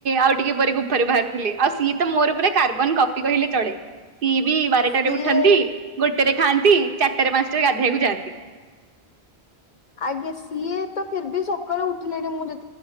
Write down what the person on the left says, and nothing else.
ସିଏ
ଆଜ୍ଞା ସିଏ ତ ଫିର ବି ସକାଳୁ ଉଠିଲଣି ମୁଁ ଯେ